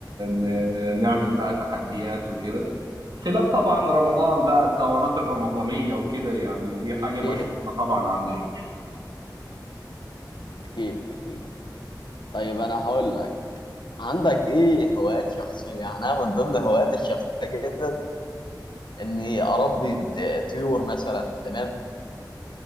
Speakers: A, on the right (about 70°); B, on the left (about 80°).
A: ن... نعمل بقى تحديات وكده خلاف طبعا رمضان بقى الدورات الرمضانية وكده يعني دي حاجة
B: اكيد
A: مشهورة طبعا عندنا
B: اكيد اكيد طيب انا هقول لك عندك ايه هوايات شخصيه يعني انا من ضمن هواياتي الشخصيه جدا اني اربي ت- طيور مثلا تمام